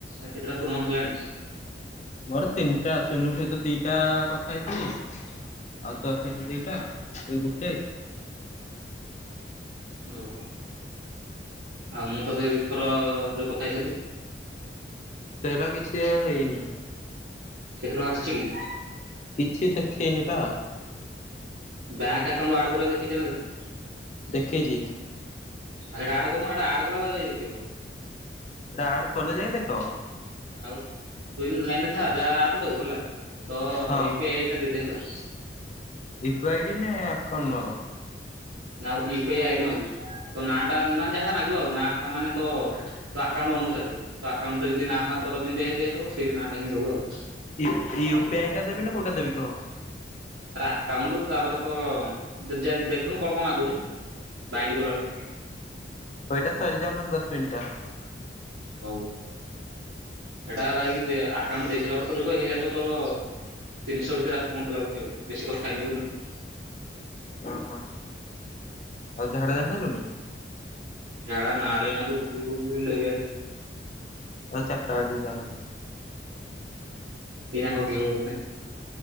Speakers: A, on the right (about 80°); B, on the left (about 40°).
A: ଆଉ କେତେଟା ପୂରଣ ହେଲାଣି?
B: ମୋର ତିନିଟା। ଚୁନ୍ମୁ ସହିତ ଦିଟା କଥା ହେଇଥିଲି। ଆଉ ତୋ ସହିତ ଦିଟା। ଏଇ ଗୋଟେ।
A: ଓ। ଆଉ ମୁଁ ତତେ ଦିଥର ଯୋଉ କଥା ହେଇଥ୍ଵଲି।
B: ସେ ପୁରା କିଛି ଆଉ ହେଇନି।
A: କେତେ ଟଙ୍କା ଆସିଛି କି?
B: କିଛି ଦେଖେଇ ନି ବା।
A: ବ୍ୟାଙ୍କ ଆକାଉଣ୍ଟ ଆଡ କରିବାକୁ ନେଖିଛି। <inaudible>
B: ଲେଖିଛି।
A: ସେଇଟା ଆଡ କରନୁ? ଏଇଟା ଆଡ କଲେ ଯାଇ ଦେଖିଇବ।
B: ସେଟା ଆଡ କଲେ ଜାଇ ଦେଖେଇବ?
A: ଆଉ। ତୁ ଏଇନା ଲାଇନ ରେ ଥା ଯା ଆପଟାକୁ ହେଲା। ତ
B: ହଁ
A: ୟୁ ପି ଆଇ। ଟା ଦେଇଦେ ହେଲା।
B: ଇଫ ଆଇ ଡି ନା ଆକାଉଣ୍ଟର।
A: ନା ୟୁ ପି ଆଇ ଆଇଡି ମାଗୁଛି। ତୋ ନା ଟା ମାନେ ଯାହା ମାଗିବ ଆଉ। ନା ଫା ମାନେ ତ। ତୋ ଆକାଉଣ୍ଟ ଅନୁସାରେ। ତୋ ଆକାଉଣ୍ଟରେ ଯେମିତି ନାଁ ଫାଁ ତୋର ଯେମିତି ଦିଆହେଇଥିବ ସେଇ ନା ଟା ଯାଇ ଦବୁ ଆଉ।
B: ୟୂ ପି, ୟୁ ପି ଆଇଟା ଦେବି ନା କୋଉଟା ଦେବି କହ।
A: ଆରେ ଆକାଉଣ୍ଟ ତାପରେ ତୋ ତୁ ଯାଇକି ଦେଖୁନୁ କଣ କଣ ମାଗୁଛି ବାଇଣ୍ଡ କଲା ବେଳକୁ?
B: ଏଇଟା ସରିଯାଉ ନହେଲେ ଦଶ ମିନିଟଟା।
A: ହଉ। ଏଟା ଭାଇ ଆକାଉଣ୍ଟ ଦେଇ ସାରିଲା ପରେ ତ <inaudible> ତୋର। ତିନିଶ ଭିତରେ ଆସି <inaudible>
B: ଓହୋ ଆଉ ଝାଡା ଯାଇସାରିଲୁଣି?
A: ଝାଡା ନା ରେ <unintelligible>
B: ହଉ ଚାରଟା ବେଳେ ଯିବ ତାହେଲେ।
A: ଏଇନା ହଗି ହବ କି ନାହିଁ।